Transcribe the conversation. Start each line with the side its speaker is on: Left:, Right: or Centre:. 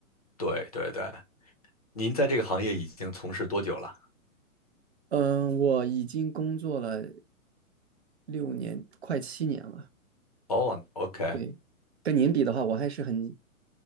Left: 对对对，您在这个行业已经从事多久了？
Right: 嗯，呃我已经工作了六年，快七年了。
Left: 哦，OK，
Right: 对，跟您比的话，我还是很